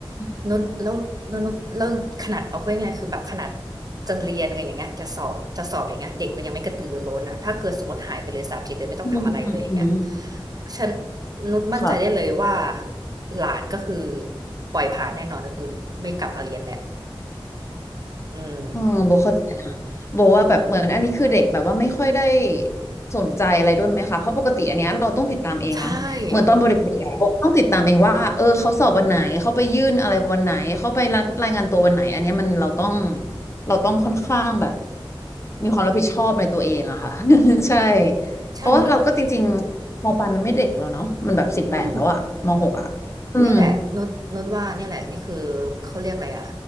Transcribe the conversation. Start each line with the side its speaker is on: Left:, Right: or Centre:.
Left: ม
Right: นนแล้วนนแล้วขนาดเอาพูดง่ายๆคือแบบขนาดจะเรียนอะไรอย่างเงี้ยจะสอบจะสอบอย่างเงี้ยเด็กมันยังไม่กระตือรือร้นอ่ะถ้าเกิดสมมติหายไปเลยสามสี่เดือนไม่ต้องทำอะไรเลยอย่างเงี้ย
Left: อืมอืมอืม
Right: ฉันนุชมั่นใจได้เลยว่า
Left: ค่ะ
Right: หลานก็คือปล่อยผ่านแน่นอนก็คือไม่กลับมาเรียนแหละอืม
Left: เออโบเข้าใจนะโบว่าแบบเหมือนอันนี้คือเด็กแบบว่าไม่ค่อยได้สนใจอะไรด้วยไหมคะเพราะปกติอันเนี้ยเราต้องติดตามเองนะเหมือนตอนโบเด็กๆอะโบต้องติดตามเองว่าเออเขาสอบวันไหนเขาไปยื่นอะไรวันไหนเขาไปรับรายงานตัววันไหนอันเนี้ยมันเราต้อง
Right: ใช่
Left: เราต้องค่อนข้างแบบมีความรับผิดชอบในตัวเองอะค่ะ <laughs> ใช่เพราะว่าเราก็จริงๆมปลายมันไม่เด็กแล้วเนาะมันแบบสิบแปดแล้วอะมหกอะอืม
Right: ใช่นุชก็อืม เนี่ยแหละนุชนุชว่าเนี่ยแหละนี่คือเขาเรียกอะไรอะ